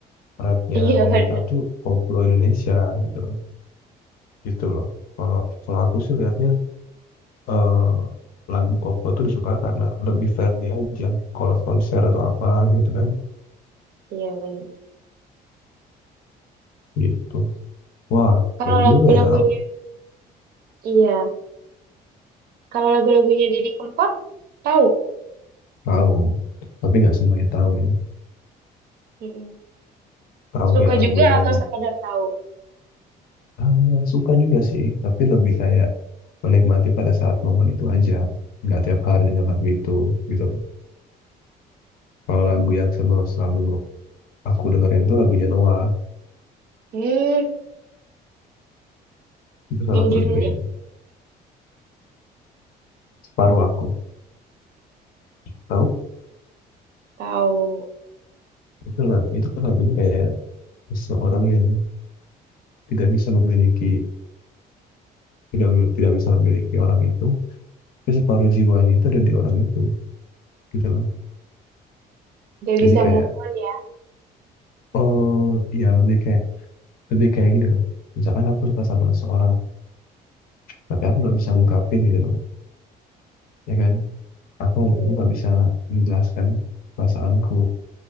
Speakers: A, on the right (about 65°); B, on the left (about 60°).
A: <laughs>
B: Rapnya
A: Iya
B: Amerika
A: benar.
B: tuh koplo Indonesia gitu loh. Gitu loh. Kalau kalau aku sih lihatnya eh, lagu koplo tuh disuka karena lebih friendly aja. Kalau konser atau apa gitu kan.
A: Iya benar.
B: Gitu. Wah,
A: Kalau
B: keren
A: lagu-lagunya,
B: juga ya. Aku
A: iya. Kalau lagu-lagunya Didi Kempot, tahu?
B: tahu. Tapi nggak semuanya tahu ya.
A: Mm-mm.
B: Tahu
A: Suka
B: kayak lagunya.
A: juga atau sekadar tahu?
B: Ah, suka juga sih. Tapi lebih kayak menikmati pada saat momen itu aja. Nggak tiap hari dengan lagu itu gitu. Kalau lagu yang selalu selalu aku dengerin tuh lagunya Noah
A: Hmm.
B: itu selalu
A: Yang
B: aku
A: judulnya
B: dengerin separuh aku tahu
A: tahu
B: itu lagu itu lagunya kayak seseorang yang tidak bisa memiliki tidak tidak bisa memiliki orang itu tapi separuh jiwanya itu ada di orang itu gitu loh
A: gak
B: jadi
A: bisa
B: kayak
A: move on ya.
B: oh ya lebih kayak lebih kayak gini loh misalkan aku suka sama seseorang tapi aku nggak bisa ngungkapin gitu loh ya kan aku
A: Hmm.
B: aku nggak bisa menjelaskan perasaanku